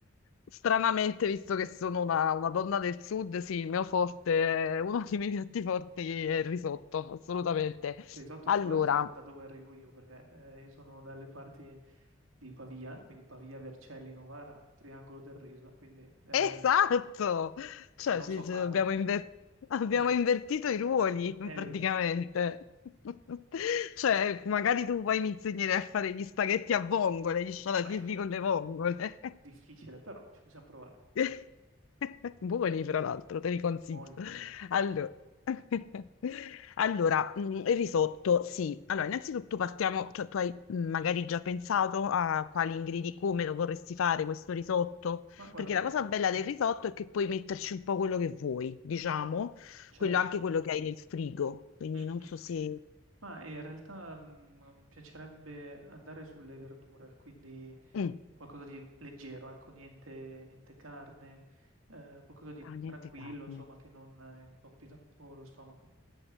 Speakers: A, on the left (about 80°); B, on the right (about 85°).
A: Stranamente, visto che sono una, una donna del sud, sì, il mio forte, uno dei miei piatti forti è il risotto, assolutamente.
B: Risotto,
A: Allora,
B: tra l'altro, da dove arrivo io, perché eh, io sono dalle parti di Pavia, quindi Pavia, Vercelli, Novara, Triangolo del Riso, quindi, eh,
A: Esatto, cioè
B: ma non
A: ci-
B: so farlo.
A: ci abbiamo,
B: <laughs>
A: inver- abbiamo
B: Esatto.
A: invertito i ruoli
B: E
A: praticamente.
B: vedi,
A: <laughs> Cioè, magari tu poi mi insegnerai a fare gli spaghetti a vongole, gli scialatielli
B: Beh,
A: con le vongole.
B: difficile, però ci possiamo provare.
A: <laughs> Buoni, fra l'altro, te li consiglio.
B: Molto, molto.
A: Allora, <laughs> allora, mm, il risotto, sì. Allora, innanzitutto partiamo, cioè tu hai mm, magari già pensato a quali ingredienti, come lo vorresti fare questo risotto?
B: Ma guarda,
A: Perché la cosa bella
B: sì,
A: del risotto è che puoi metterci un po' quello che vuoi, diciamo,
B: certo.
A: quello, anche quello che hai nel frigo. Quindi
B: Mm,
A: non
B: mm.
A: so se...
B: Ma in realtà mm, mi piacerebbe andare sulle verdure, quindi
A: Mm,
B: qualcosa di leggero, ecco, niente, niente carne, eh, qualcosa di
A: Ah, niente
B: tranquillo,
A: carne.
B: insomma, che non eh, intoppi troppo lo stomaco.